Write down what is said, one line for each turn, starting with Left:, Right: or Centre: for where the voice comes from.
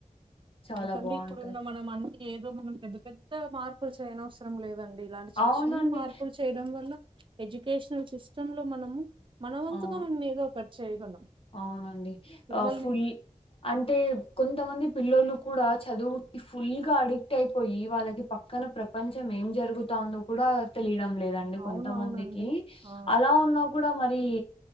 Left: చాలా
Right: ఎందుకంటే
Left: బాగుంటది
Right: ఇప్పుడున్న మనం అన్ని ఏదో మనం పెద్ద పెద్ద మార్పులు చేయన అవసరం లేదండి. ఇలాంటి చిన్న
Left: అవునండి
Right: చిన్న మార్పులు చేయడం వల్ల ఎడ్యుకేషనల్ సిస్టమ్ లో మనము మనవంతుగా
Left: అవును
Right: మనం ఏదో ఒకటి చేయగలం.
Left: అవునండి
Right: పిల్లల్ని
Left: ఆ ఫుల్ అంటే కొంతమంది పిల్లోలు కూడా చదువు ఫుల్ గా అడిక్ట్ అయిపోయి వాళ్ళక్ ఇది పక్కన ప్రపంచం ఏం జరుగుతుందో కూడా తెలియడం లేదండి కొంతమందికి
Right: అవునవునండి ఆ
Left: అలా ఉన్నా కూడా మరి